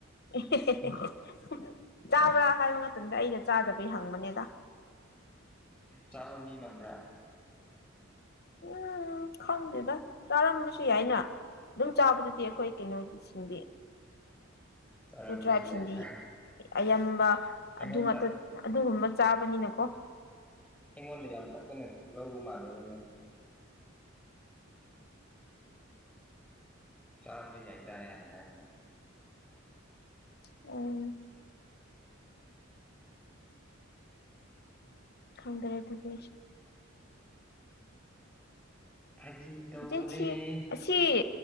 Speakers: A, on the left (about 50°); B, in the centre.
A: ꯑꯦ ꯍꯦ ꯍꯦ ꯍꯦ ꯍꯦ ꯍꯨꯝ ꯆꯥꯕ꯭ꯔꯥ ꯍꯥꯏꯕ ꯃꯇꯝꯗ ꯑꯩꯅ ꯆꯥꯗꯕꯩ ꯍꯪꯕꯅꯦꯗ
B: ꯆꯥꯕ ꯃꯤ ꯃꯥꯟꯕ꯭ꯔꯥ
A: ꯎꯝ ꯈꯪꯗꯦꯗ ꯆꯥꯔꯝꯕꯁꯨ ꯌꯥꯏꯅ ꯑꯗꯨꯝ ꯆꯥꯕꯗꯨꯗꯤ ꯑꯩꯈꯣꯏ ꯀꯩꯅꯣꯒꯤ ꯁꯤꯟꯕꯤ ꯑꯩꯈꯣꯏ
B: ꯆꯥꯔꯝꯕꯁꯨ
A: ꯇ꯭ꯔꯥꯏꯞꯁꯤꯡꯗꯤ
B: ꯌꯥꯏꯅ
A: ꯑꯌꯥꯝꯕ
B: ꯑꯩꯉꯣꯟꯗ
A: ꯑꯗꯨꯉꯥꯛꯇ ꯑꯗꯨꯒꯨꯝꯕ ꯆꯥꯕꯅꯤꯅꯀꯣ
B: ꯑꯩꯉꯣꯟꯗ ꯌꯥꯝ ꯐꯠꯇꯅ ꯂꯧꯕ ꯃꯥꯜꯂꯦꯗ ꯅꯪ ꯆꯥꯔꯝꯕ ꯌꯥꯏꯗ ꯍꯥꯏꯦ ꯍꯥꯏꯔꯗ
A: ꯎꯝ ꯈꯪꯗꯔꯦꯗꯗꯁ
B: ꯐꯥꯒꯤ ꯇꯧꯕꯅꯦ
A: ꯦꯁꯤ ꯁꯤ <unintelligible>